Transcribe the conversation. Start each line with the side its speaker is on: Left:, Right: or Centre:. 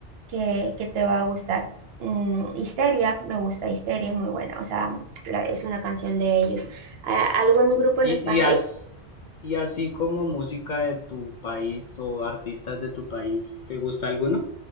Right: qué, qué te va a gustar. Mm, Histeria, me gusta, Histeria es muy buena, o sea, la- es una canción de ellos. ¿A- ¿Algún grupo
Left: ¿Y,
Right: en español?
Left: y, as- y así como música de tu país o artistas de tu país, ¿te gusta alguno?